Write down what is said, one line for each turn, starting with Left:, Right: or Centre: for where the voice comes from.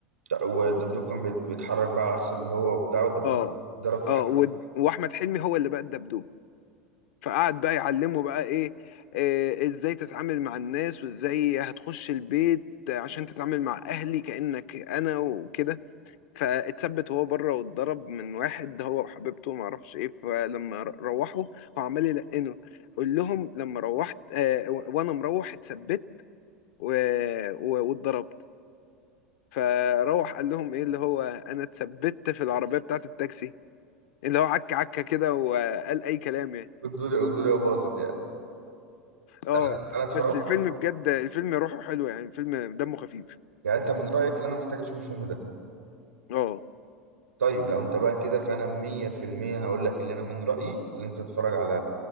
Right: والدبدوب كان بيت- بيتحرك بقى على العكس اللي هو وبتاع والدبدوب
Left: اه
Right: ضرب في
Left: اه
Right: حد
Left: و- واحمد حلمي هو اللي بقى الدبدوب فقعد بقى يعلمه بقى ايه آه، ازاي تتعامل مع الناس وازاي هتخش البيت عشان تتعامل مع اهلي كأنك انا وكده فاتثبت هو بره واتضرب من واحد هو وحبيبته ما اعرفش ايه فلما ر- روحوا هو عمال يلقنه قول لهم لما روحت آه، و- وانا مروح اتثبت و- و- واتضربت فروح قال لهم ايه اللي هو انا اتثبت في العربية بتاعت التاكسي اللي هو عك عكة كده وقال اي كلام يعني
Right: والدنيا والدنيا باظت يعني
Left: اه
Right: انا انا اتفرجت
Left: بس الفيلم بجد الفيلم روحه حلو يعني الفيلم دمه خفيف
Right: يعني انت من رايك اللي انا محتاج اشوف الفيلم ده
Left: اه
Right: طيب لو انت بقى كده فانا 100% هقول لك اللي انا من رايي اللي انت تتفرج على